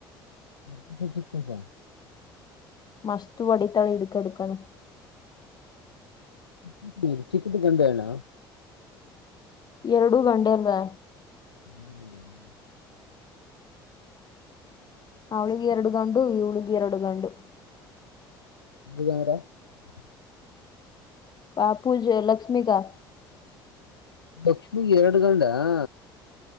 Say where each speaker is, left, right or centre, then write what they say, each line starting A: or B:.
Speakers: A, on the left; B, on the left.
A: <unintelligible>
B: ಮಸ್ತು ವಡಿತಾಳೆ ಹಿಡ್ಕಂಡ್ ಹಿಡ್ಕಂಡ್.
A: <unintelligible>
B: ಎರಡುೂ ಗಂಡೆ ಅಲ್ವಾ.
A: <unintelligible>
B: ಅವಳಿಗೆ ಎರಡು ಗಂಡು ಇವಳಿಗೆ ಎರಡು ಗಂಡು.
A: <unintelligible>
B: ಪಾಪೂಜ ಲಕ್ಷ್ಮಿಗಾ.
A: ಲಕ್ಷ್ಮಿ ಎರಡು ಗಂಡ ಹಾ.